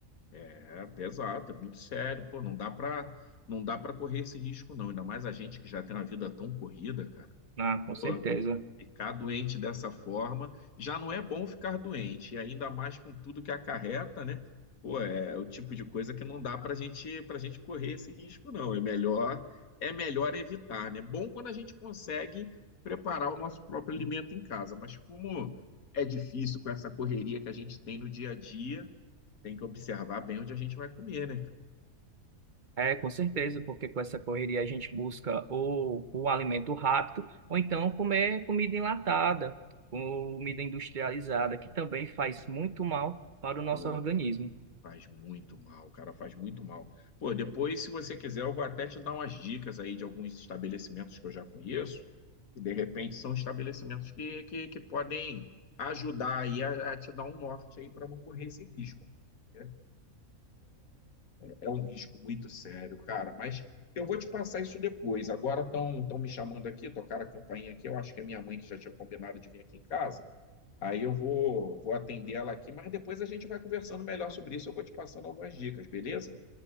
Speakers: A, on the left; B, on the right.
A: É pesado, é muito sério, pô, não dá para não dá para correr esse risco não, ainda mais a gente que já tem uma vida tão corrida, cara.
B: Ah, com
A: Pô,
B: certeza.
A: Ficar doente dessa forma já não é bom ficar doente, e ainda mais com tudo que acarreta, né? Pô, é o tipo de coisa que não dá para gente, para gente correr esse risco, não. É melhor, é melhor evitar, né? Bom quando a gente consegue preparar o nosso próprio alimento em casa, mas como é difícil com essa correria que a gente tem no dia a dia, tem que observar bem onde a gente vai comer, né?
B: É, com certeza, porque com essa correria a gente busca ou o alimento rápido, ou então comer comida enlatada, comida industrializada, que também faz muito mal para o nosso
A: Pô,
B: organismo.
A: Faz muito mal, cara, faz muito mal. Pô, depois, se você quiser, eu vou até te dar umas dicas aí de alguns estabelecimentos que eu já conheço, que de repente são estabelecimentos que, que, que podem ajudar aí a, a te dar um norte aí para não correr esse risco. né? É um risco muito sério, cara, mas eu vou te passar isso depois. Agora estão estão me chamando aqui, tocaram a campainha aqui, eu acho que é minha mãe que já tinha combinado de vir aqui em casa. Aí eu vou, vou atender ela aqui, mas depois a gente vai conversando melhor sobre isso. Eu vou te passando algumas dicas, beleza?